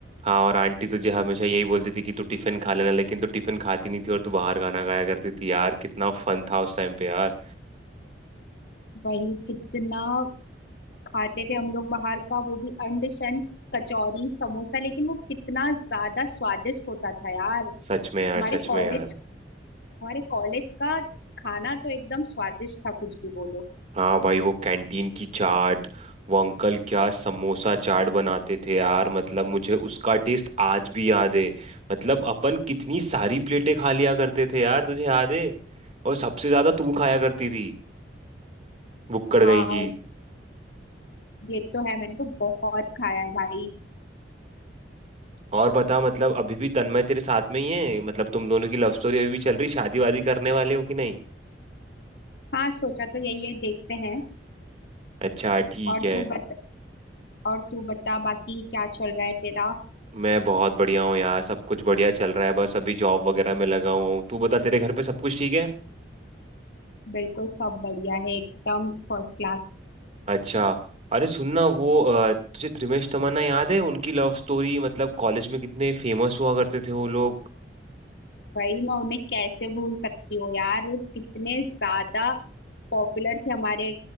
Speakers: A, on the right (about 40°); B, on the left (about 65°).
A: हाँ और आंटी तुझे हमेशा यही बोलती थी कि तू टिफिन खा लेना लेकिन तू टिफिन खाती नहीं थी और तू बाहर खाना खाया करती थी यार कितना फन था उस टाइम पे यार
B: वही कितना खाते थे हम लोग बाहर का वो भी अंडशन कचौरी समोसा लेकिन वो कितना ज्यादा स्वादिष्ट होता था यार
A: सच में यार
B: हमारे
A: सच
B: कॉलेज
A: में यार
B: हमारे कॉलेज का खाना तो एकदम स्वादिष्ट था कुछ भी बोलो
A: हाँ भाई वो कैंटीन की चाट वो अंकल क्या समोसा चाट बनाते थे यार मतलब मुझे उसका टेस्ट आज भी याद है मतलब अपन कितनी सारी प्लेटें खा लिया करते थे यार तुझे याद है और सबसे ज्यादा तू खाया करती थी बुक्कड़
B: हाँ
A: गई की
B: ये तो है मैंने तो बहुत खाया है भाई
A: और बता मतलब अभी भी तन्मय तेरे साथ में ही है मतलब तुम दोनों की लव स्टोरी अभी भी चल रही शादी वादी करने वाले हो कि नहीं
B: हाँ सोचा तो यही है देखते हैं
A: अच्छा ठीक
B: और
A: है
B: तू बता और तू बता बाकी क्या चल रहा है तेरा
A: मैं बहुत बढ़िया हूँ यार सब कुछ बढ़िया चल रहा है बस अभी जॉब वगैरह में लगा हुआ हूँ तू बता तेरे घर पे सब कुछ ठीक है
B: बिल्कुल सब बढ़िया है एकदम फर्स्ट क्लास
A: अच्छा अरे सुनना वो अ, तुझे त्रिमेश तमन्ना याद है उनकी लव स्टोरी मतलब कॉलेज में कितने फेमस हुआ करते थे वो लोग
B: भाई मैं उन्हें कैसे भूल सकती हूँ यार वो कितने ज्यादा पॉपुलर थे हमारे